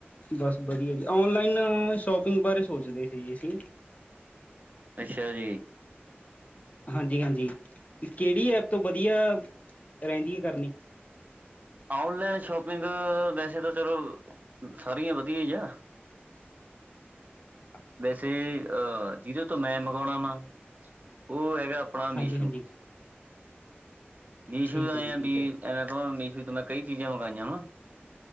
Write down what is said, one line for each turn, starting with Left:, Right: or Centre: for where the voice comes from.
Left: ਬਸ ਵਧੀਆ ਜੀ, ਔਨਲਾਈਨ ਸ਼ੋਪਿੰਗ ਬਾਰੇ ਸੋਚਦੇ ਸੀ ਜੀ ਅਸੀਂ।
Right: ਅੱਛਾ ਜੀ।
Left: ਹਾਂਜੀ ਹਾਂਜੀ, ਕੇੜੀ ਐਪ ਤੋਂ ਵਧੀਆ ਰੈਂਦੀ ਏ ਕਰਨੀ।
Right: ਔਨਲਾਈਨ ਸ਼ੋਪਿੰਗ ਵੈਸੇ ਤਾਂ ਚਲੋ, ਸਾਰੀਆਂ ਵਧੀਆ ਈ ਆ।
Left: <inaudible>
Right: ਵੈਸੇ ਅਹ ਜਿਦੇ ਤੋਂ ਮੈਂ ਮੰਗਾਉਣਾ ਵਾ ਓ ਹੈਗਾ ਆਪਣਾ ਮੀਸ਼ੂ।
Left: ਹਾਂਜੀ-ਹਾਂਜੀ।
Right: ਮੀਸ਼ੂ
Left: ਠੀਕ
Right: ਦਾ
Left: ਹੈ
Right: ਏਂ
Left: ਜੀ ਠੀਕ
Right: ਆ ਪੀ,
Left: ਹੈ,
Right: ਐਵੇੈਂ ਕਵਾਂ ਮੀਸ਼ੂ ਤੋਂ ਮੈਂ ਕਈ ਚੀਜ਼ਾਂ ਮੰਗਾਈਆ‌ ਵਾ।